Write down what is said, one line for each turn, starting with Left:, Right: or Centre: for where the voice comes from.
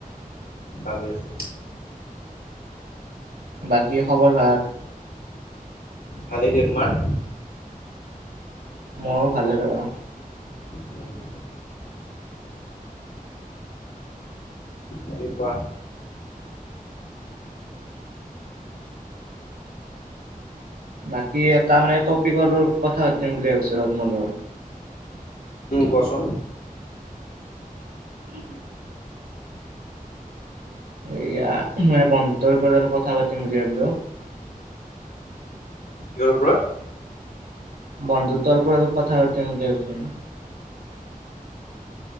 Left: ভাবি আছো।
Right: বাকী খবৰ ভাল-
Left: ভালেই দিয়া তোমাৰ?
Right: ময়ো ভালে ৰাবা।
Left: উম, বাকি কোৱা।
Right: বাকী এটা মানে টপিকৰ কথা পাতিম বুলি ভাবিছিলো তোমালোকে।
Left: কোৱাচোন।
Right: <unintelligible> এয়া মানে বন্ধুত্বৰ ওপৰত অলপ কথা পাতিম বুলি ভাবিলো-
Left: কিহৰ ওপৰত?
Right: বন্ধুত্বৰ ওপৰত কথা পাতিম বুলি ভাবিছিলোঁ।